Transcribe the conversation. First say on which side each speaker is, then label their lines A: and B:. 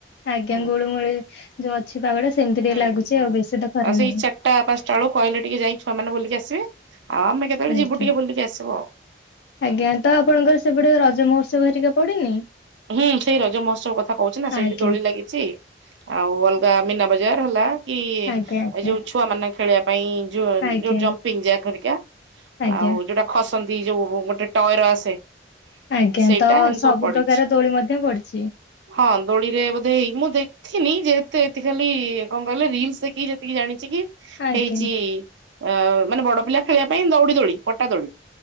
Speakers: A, on the left (about 70°); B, on the right (about 85°).
A: ଆଜ୍ଞା
B: ହୁଁ।
A: ଗୁଳୁମୁଳି ଯୋଉ ଅଛି ପାାଗଟା ସେମିତି
B: ହୁଁ
A: ଟିକେ ଲାଗୁଛି
B: ହୁଁ।
A: ଆଉ ବେଶି ତ ଖରା
B: ଆଉ ସେଇ
A: ନାହିଁ।
B: ଚାରିଟା ପାଞ୍ଚଟା ବେଳକୁ କହିଲେ ଟିକେ ଯାଇ ଛୁଆମାନେ ବୁଲିକି ଆସିବେ ଅ ଆମେ କେତବେଳେ
A: ଆଜ୍ଞା।
B: ଯିବୁ ଟିକେ ବୁଲିକି ଆସିବୁ।
A: ଆଜ୍ଞା ତ ଆପଣଙ୍କର ସେପଟେ ରଜ ମହୋତ୍ସବ ହେରିକା ପଡନି?
B: ହୁଁ ସେଇ ରଜ ମହୋତ୍ସବ କଥା କହୁଛି ନା ସେଇଠି
A: ଆଜ୍ଞା
B: ଦୋଳି ଲାଗିଛି। ଆଉ ଅଲଗା ମୀନା ବଜାର ହେଲା କି
A: ଆଜ୍ଞା ଆଜ୍ଞା
B: ଏ ଯୋଉ ଛୁଆ ମାନ ଖେଳିବା ପାଇଁ ଯୋ
A: ଆଜ୍ଞା
B: ଯୋଉ ଜମ୍ପିଙ୍ଗ୍ ଯାକ୍ ହେରିକା
A: ଆଜ୍ଞା
B: ଆଉ ଯୋଉଟା ଖସନ୍ତି ଯୋଉ ଗୋଟେ ଟଏର ଆସେ।
A: ଆଜ୍ଞା
B: ସେଇଟା
A: ତ
B: ଏମିତି
A: ସବୁ
B: ପଡିଛି।
A: ପ୍ରକାର ଦୋଳି ମଧ୍ୟ ପଡିଛି।
B: ହଁ ଦୋଳିରେ ବୋଧେ ହେଇ ମୁଁ ଦେଖ ଦେଖିନି ଯେହେତୁ ଏତିକି ଖାଲି କଣ କହିଲେ ରିଲସ୍ ଦେଖି ଯେତିକି ଜାଣିଛି କି
A: ଆଜ୍ଞା।
B: ହେଇଛି ଅ ମାନେ ବଡ ପିଲା ଖେଳିବା ପାଇଁ ଦଉଡି ଦୋଳି, ପଟା ଦୋଳି